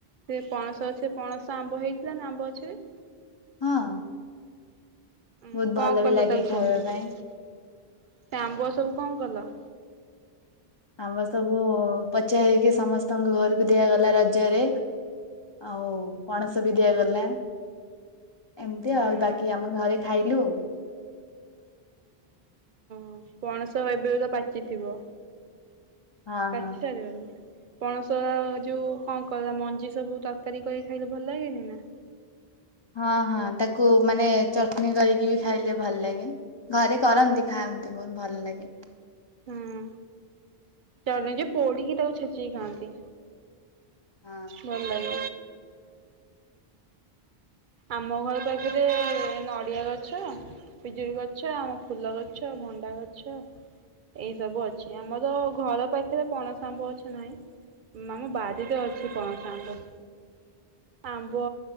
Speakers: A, on the right; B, on the left.
A: ସେ ପଣସ ଗଛରେ ପଣସ ଆମ୍ବ ହେଇଥିଲା ନା ଆମ୍ବ ଗଛରେ
B: ହଁ।
A: ଉଁ
B: ବହୁତ
A: କଣ
B: ଭଲ
A: କଲ
B: ବି ଲାଗେ
A: ତାକୁ
B: ଖାଇବା
A: ସବୁ
B: ପାଇଁ।
A: ସେ ଆମ୍ବ ସବୁ କଣ କଲ?
B: ଆମ୍ୱ ସବୁ ପଚି ହେଇକି ସମସ୍ତଙ୍କ ଘରୁକୁ ଦିଆଗଲା ରଜରେ। ଆଉ ପଣସ ବି ଦିଆଗଲା। ଏମତି
A: ହୁଁ
B: ଆଉ ବାକି ଆମ ଘରେ ଖାଇଲୁ।
A: ଅଁ ପଣସ ଏବେ ତ ପାଚିଥିବ
B: ହଁ
A: ପାଚି
B: ହଁ
A: ସାରିବନି। ପଣସର ଯୋଉ କଁ କଲ ମଞ୍ଜି ସବୁ ତରକାରୀ କରି ଖାଇଲେ ଭଲ ଲାଗେନେଇ ନାଁ?
B: ହଁ ହଁ ତାକୁ ମାନେ ଚଟଣୀ କରକି ବି ଖାଇଲେ ଭଲ ଲାଗେ ଘରେ କରନ୍ତି ଖା ମତେ ବହୁତ୍ ଭଲ ଲାଗେ।
A: ହୁଁ ଚାଲୁଚି ପୋଡ଼ିକି ତାକୁ ଛେଚିକି ଖାଆନ୍ତି।
B: ହଁ
A: ଭଲ ଲ ଆମ ଘର ପାଖରେ ନଡ଼ିଆ ଗଛ ପିଜୁଳି ଗଛ ଆମ ଫୁଲ ଗଛ, ଭଣ୍ଡା ଗଛ ଏଇ ସବୁ ଅଛି ଆମର ଘର ପାଖେରେ ପଣସ ଆମ୍ବ ଗଛ ନାହିଁ। ମା ମ ବାରିରେ ଅଛି ପଣସ ଆମ୍ବ। ଆମ୍ବ